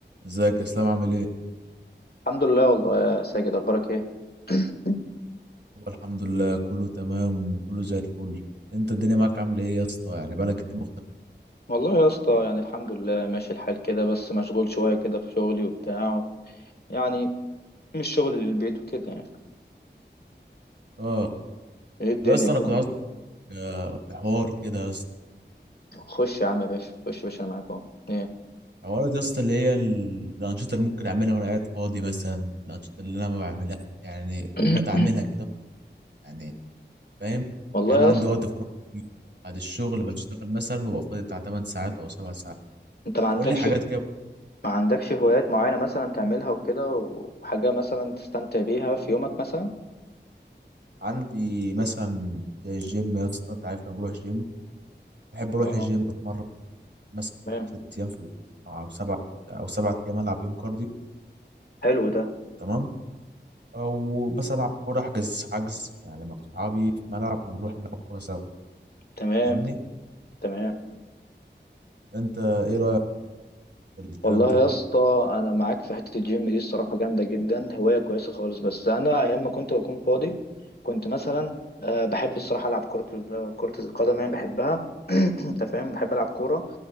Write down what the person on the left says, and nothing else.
الحمد لله والله يا ساجد اخبارك ايه <coughs>
<clears throat> والله يا اسطى يعني الحمد لله ماشي الحال كده بس مشغول شويه كده في شغلي وبتاع يعني مش شغل للبيت وكده يعني
ايه الدنيا
كده
معاك؟
خش يا عم يا باشا خش يا باشا انا معاك اهو ايه
<coughs>
<clears throat> والله
يا
اسطى
انت ما عندكش
ما عندكش هوايات معينه مثلا تعملها وكده وحاجه مثلا تستمتع بيها في يومك مثلا
اه
تمام
حلو ده
تمام
تمام
والله
يا اسطى انا معاك في حته الجيم دي الصراحه جامده جدا هوايه كويسه خالص بس انا ايام ما كنت بكون فاضي كنت مثلا أه بحب الصراحه العب كره ال- كره القدم يعني بحبها <clears throat> انت فاهم بحب العب كوره